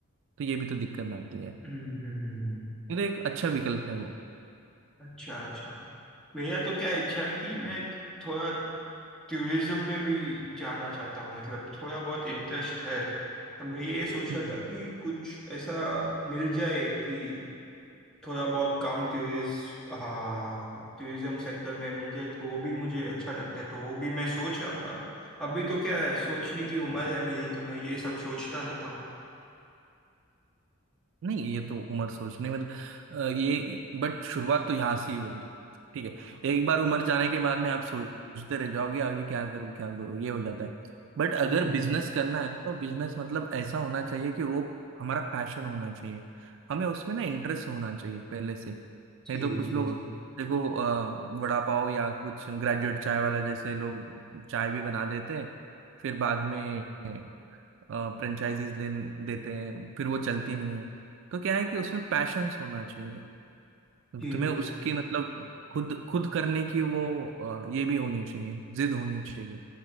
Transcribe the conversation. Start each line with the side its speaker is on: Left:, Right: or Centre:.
Right: तो ये भी तो दिक्कत आती है
Centre: हम्म
Right: ये तो एक अच्छा विकल्प है वो
Centre: अच्छा अच्छा भैया तो क्या इच्छा है कि मैं थोड़ा टूरिज्म में भी जाना चाहता हूँ मतलब थोड़ा बहुत इंटरेस्ट है तो मैं ये सोच
Right: हम्म
Centre: रहा था कि कुछ ऐसा मिल जाए कि थोड़ा बहुत काम टूरिस्ट हाँ टूरिज्म सेक्टर में मिल जाए तो वो भी मुझे अच्छा लगता है तो वो भी मैं सोच रहा था अभी तो क्या है सोचने की उम्र है मेरी तो मैं ये सब सोचता रहता हूँ
Right: नहीं ये तो उम्र सोचने मतलब अ, ये बट शुरुआत तो यहाँ से ही होगी ठीक है एक बार उम्र जाने के बाद में आप सोचते रह जाओगे आगे क्या करूँ क्या करूँ ये हो जाता है बट अगर
Centre: हम्म
Right: बिजनेस करना है तो बिजनेस मतलब ऐसा होना चाहिए कि वो हमारा पैशन होना चाहिए हमें उसमें ना इंटरेस्ट होना चाहिए पहले से नहीं
Centre: जी
Right: तो कुछ
Centre: जी
Right: लोग
Centre: जी
Right: देखो अ, वड़ा पाव या कुछ ग्रेजुएट चाय वाला जैसे लोग चाय भी बना देते हैं फिर बाद में फ्रेंचाइजीज ले देते हैं फिर वो चलती नहीं है तो क्या है कि उसमें पैशंस होना चाहिए
Centre: जी
Right: तुम्हें
Centre: बिल्कुल
Right: उसकी मतलब खुद खुद करने की वो अ, ये भी होनी चाहिए जिद होनी चाहिए